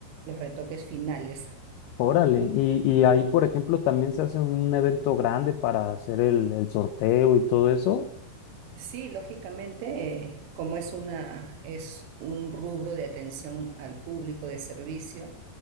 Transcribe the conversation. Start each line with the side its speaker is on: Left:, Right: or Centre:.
Right: los retoques finales.
Left: Órale, y, y ahí, por ejemplo, también se hace un evento grande para hacer el, el sorteo y todo eso.
Right: Sí, lógicamente, eh, como es una, es un rubro de atención al público de servicio,